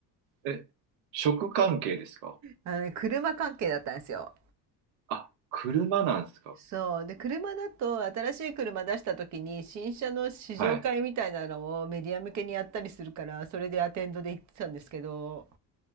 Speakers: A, on the right (about 75°); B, on the right (about 40°).
A: え、食関係ですか
B: あのね、車関係だったんですよ。
A: あ、車なんですか
B: そう。で、車だと新しい車出した時に新車の試乗会みたいなのをメディア向けにやったりするから、
A: はい。
B: それでアテンドで行ってたんですけど、